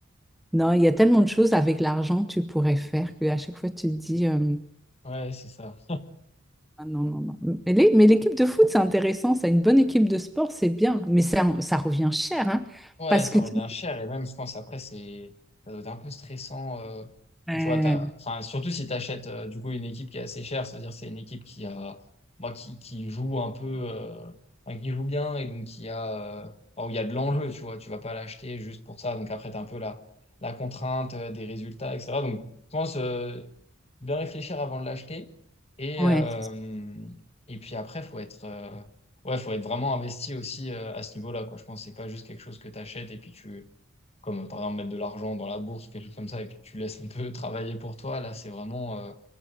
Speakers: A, in the centre; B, on the left.
A: Non, il y a tellement de choses avec l'argent que tu pourrais faire qu'à chaque fois, tu te dis... euh,
B: Ouais, c'est ça.
A: Ah non, non, non. Mais les- mais l'équipe de foot, c'est intéressant. Ça, une bonne équipe de sport, c'est bien. Mais ça, ça revient cher, hein,
B: Ouais,
A: parce
B: ça
A: que
B: revient
A: tu-
B: cher et même je pense après c'est ça doit être un peu stressant euh,
A: Ouais.
B: quand tu vois t'as enfin surtout si tu achètes du coup une équipe qui est assez chère, ça veut dire que c'est une équipe qui a moi qui, qui joue un peu euh, enfin, qui joue bien et donc qui a euh, enfin, où il y a de l'enjeu, tu vois, tu vas pas l'acheter juste pour ça. Donc après tu as un peu la la contrainte euh, des résultats etc. Donc je pense euh, bien réfléchir avant de l'acheter et
A: Ouais.
B: euh, et puis après faut être euh, Ouais, faut être vraiment investi aussi euh, à ce niveau-là, quoi. Je pense que c'est pas juste quelque chose que tu achètes et puis tu, comme euh, par exemple mettre de l'argent dans la bourse, quelque chose comme ça, et puis tu laisses un peu <laughs> travailler pour toi. Là, c'est vraiment, euh,